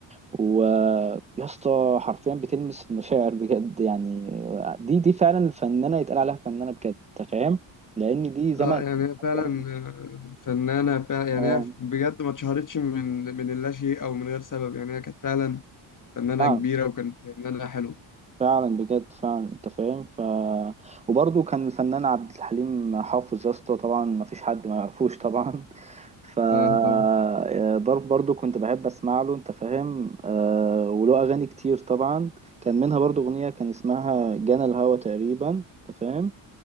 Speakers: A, on the right; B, on the left.
A: ويا اسطى حرفيا بتلمس المشاعر بجد يعني دي دي فعلا فنانه يتقال عليها فنانه بجد انت فاهم لان دي زمن
B: اه يعني هي
A: حرفيا
B: فعلا
A: من
B: آه، فنانة فعلا يعني
A: اه
B: هي بجد ما اتشهرتش من من اللاشيء او من غير سبب يعني هي كانت فعلا فنانة
A: فعلا
B: كبيرة وكانت فنانة حلوة
A: فعلا بجد فعلا انت فاهم ف وبرضه كان الفنان عبد الحليم حافظ يا اسطى طبعا ما فيش حد ما يعرفوش طبعا ف آه،
B: اه طبعا
A: برضه برضه كنت بحب اسمع له انت فاهم آه وله اغاني كتير طبعا كان منها برضه اغنيه كان اسمها جنى الهوى تقريبا انت فاهم